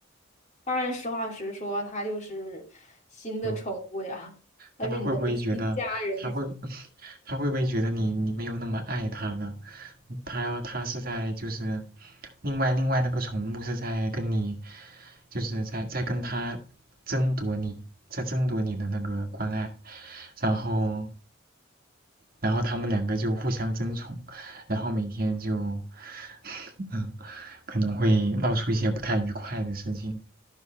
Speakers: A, on the left; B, on the right.
A: 当然，实话实说，它就是新的宠物呀，
B: 嗯，
A: 但是你的新家人。
B: 看他会不会觉得，他会，<laughs> 他会不会觉得你你没有那么爱他呢？他他是在就是，另外另外那个宠物是在跟你，就是在在跟他争夺你，在争夺你的那个关爱，然后然后他们两个就互相争宠，然后每天就，<laughs> 嗯，可能会闹出一些不太愉快的事情，